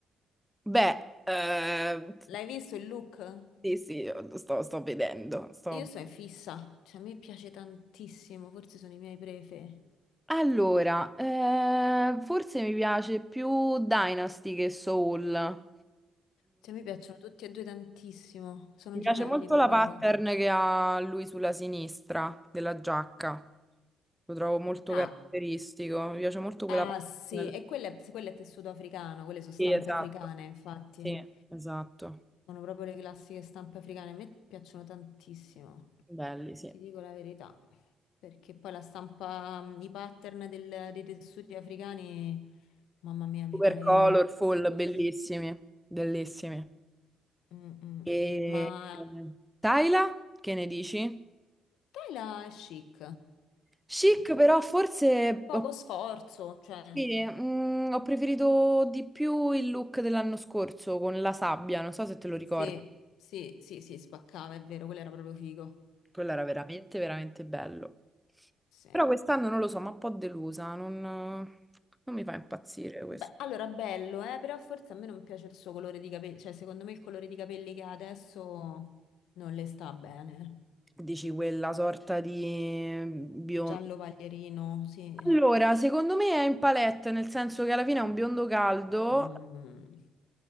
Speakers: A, in the centre; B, on the left.
A: Beh, eh,
B: L'hai visto il look?
A: sì, sì, sto, sto vedendo. sto-
B: Io sono in fissa, cioè a me piace tantissimo, forse sono i miei prefe.
A: Allora, eh, forse mi piace più Dynasty che Soul.
B: Cioè, mi piacciono tutti e due tantissimo, sono
A: Mi
B: gemelli
A: piace molto
B: poi
A: la
B: loro.
A: pattern che ha lui sulla sinistra della giacca. Lo trovo molto
B: Ah,
A: caratteristico. Mi piace molto quella
B: ah,
A: pattern.
B: sì, e quello è, quello è tessuto africano, quelle sono stampe
A: Sì, esatto.
B: africane, infatti.
A: Sì, esatto.
B: Sono proprio le classiche stampe africane, a me piacciono tantissimo,
A: Belli, sì.
B: ti dico la verità, perché poi la stampa, mm, i pattern del- dei tessuti africani, mamma mia, mi
A: Super
B: farei
A: colorful,
B: 100
A: bellissimi,
B: vestiti.
A: bellissimi.
B: Mm, mm.
A: E
B: Ma
A: Tyla, che ne dici?
B: tela è chic,
A: Chic,
B: Mm.
A: però forse
B: poco
A: ho,
B: sforzo, cioè,
A: sì, mm, ho preferito di più il look dell'anno scorso con la sabbia, non so se te lo ricordi.
B: sì, sì, sì, sì, spaccava, è vero, quello era proprio figo.
A: Quello era veramente, veramente bello.
B: Sì.
A: Però quest'anno non lo so, ma un po' delusa, non, non mi fa impazzire questo.
B: Beh, allora, bello, eh, però forse a me non piace il suo colore di capelli, cioè secondo me il colore di capelli che ha adesso non le sta bene.
A: Dici quella sorta di biondo.
B: Giallo paglierino, sì.
A: Allora, secondo me è in palette, nel senso che alla fine è un biondo caldo.
B: Mm,